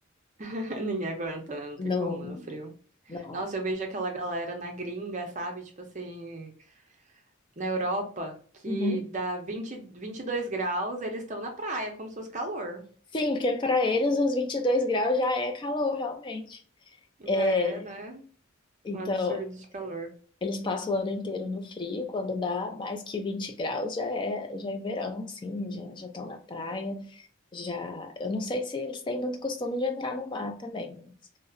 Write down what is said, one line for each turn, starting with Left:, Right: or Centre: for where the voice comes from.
Right: <laughs> Ninguém aguenta, né? Não
Left: Não,
Right: tem como,
Left: não,
Right: no frio.
Left: não.
Right: Nossa, eu vejo aquela galera na gringa, sabe? Tipo assim, na Europa, que
Left: Uhum.
Right: dá vinte vinte e dois graus, eles estão na praia, como se fosse calor.
Left: Sim, porque para eles os 22 graus já é calor, realmente.
Right: Já
Left: É,
Right: é, né?
Left: então,
Right: Um absurdo de calor.
Left: Eles passam o ano inteiro no frio, quando dá mais que 20 graus já é, já é verão, assim, já já estão na praia, já... Eu não sei se eles têm muito costume de entrar no mar também, mas,